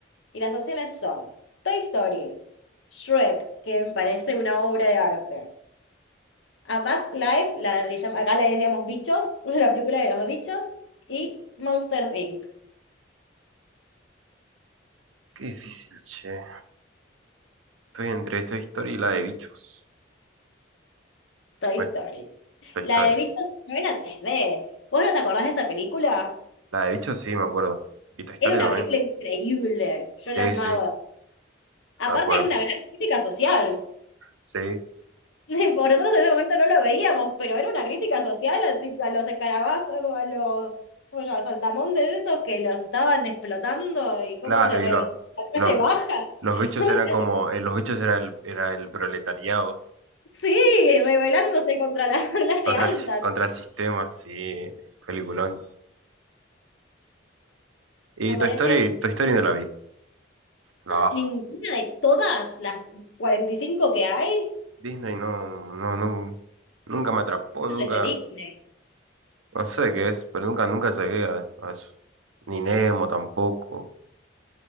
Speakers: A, on the left; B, on the right.
A: Y las opciones son Toy Story, Shrek, que me parece una obra de arte. a Bugs Life, la de llam- acá le decíamos Bichos, <laughs> la película de los bichos, y Monsters Inc.,
B: Qué difícil, che. Estoy entre esta historia y la de bichos.
A: Toy
B: Me,
A: Story.
B: Toy
A: La
B: Story.
A: de bichos no era tres d ¿Vos no te acordás de esa película?
B: La de bichos sí, me acuerdo. Y Toy Story
A: Era una
B: también.
A: película increíble, yo
B: Sí,
A: la amaba.
B: sí,
A: Aparte
B: me acuerdo.
A: era una gran crítica social.
B: Sí,
A: <laughs> Por nosotros en ese momento no lo veíamos, pero era una crítica social a, ti- a los escarabajos, a los ¿cómo se llama? saltamontes esos que los estaban explotando y
B: claro,
A: cómo se rebeló
B: y los,
A: la clase
B: los,
A: baja.
B: los bichos
A: <laughs>
B: eran como, eh, los bichos era el, era el proletariado
A: Sí, rebelándose contra la <laughs> clase
B: Contra
A: alta.
B: el, si- contra el sistema, sí, peliculón. Y
A: Me
B: Toy
A: parece
B: Story, Toy Story no la vi, la bajo.
A: ninguna de todas las 45 que hay
B: Disney no, no, no, nunca me atrapó, nunca,
A: es de Disney.
B: no sé qué es, pero nunca, nunca llegué a, a eso. Ni Nemo tampoco.